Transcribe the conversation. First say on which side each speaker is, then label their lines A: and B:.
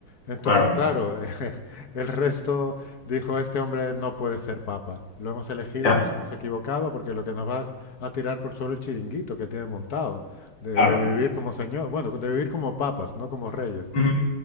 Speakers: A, on the left; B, on the left.
A: Entonces,
B: claro,
A: claro, <laughs> el resto Dijo, este hombre no puede ser papa. Lo hemos elegido,
B: ya,
A: nos hemos equivocado, porque lo que nos vas a tirar por solo el chiringuito que tiene montado, de,
B: claro.
A: de vivir como señor, bueno, de vivir como papas, no como reyes.
B: Ujú.